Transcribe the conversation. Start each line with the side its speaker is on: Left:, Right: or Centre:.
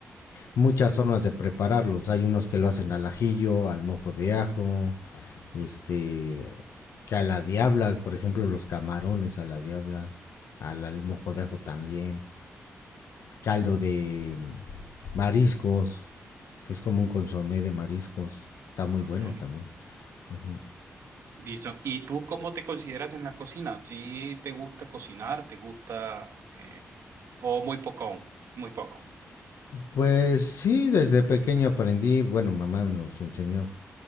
Left: muchas formas de prepararlos. Hay unos que lo hacen al ajillo, al mojo de ajo, este, que a la diabla, por ejemplo, los camarones a la diabla, al, al mojo de ajo también, caldo de mm, mariscos, que es como un consomé de mariscos, está muy bueno
Right: ok.
Left: también. Ujú.
Right: Listo. ¿Y tú cómo te consideras en la cocina? ¿Sí te gusta cocinar? ¿Te gusta? eh, ¿o muy poco aún? Muy poco.
Left: Pues sí, desde pequeño aprendí, bueno, mamá nos enseñó